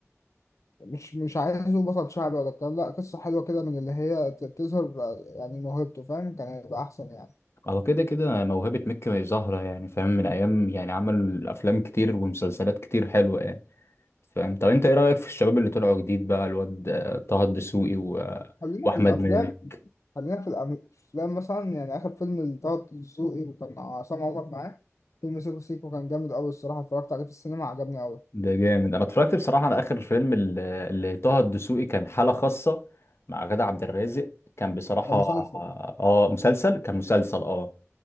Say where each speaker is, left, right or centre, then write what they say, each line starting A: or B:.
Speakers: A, on the left; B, on the left.
A: مش مش عايزه بطل شعبي ولا الكلام لا قصة حلوة كده من اللي هي ت- تظهر يعني موهبته فاهم كان هيبقى أحسن يعني
B: هو كده كده موهبة مكي ظاهرة يعني فاهم من ايام يعني عمل افلام كتير ومسلسلات كتير حلوة يعني فاهم طب انت ايه رأيك في الشباب اللي طلعوا جديد بقى الواد آه، طه الدسوقي و... آه،
A: خلينا
B: واحمد
A: في الأفلام
B: مالك
A: خلينا في الأفلام مثلا يعني آخر فيلم لطه دسوقي وكان عصام عمر معاه فيلم سيكو سيكو كان جامد أوي الصراحة اتفرجت عليه في السينما عجبني أوي
B: ده جامد انا اتفرجت بصراحه على اخر فيلم ال- اللي طه الدسوقي كان حاله خاصه مع غادة عبد الرازق كان بصراحه
A: ده مسلسل
B: اه مسلسل كان مسلسل اه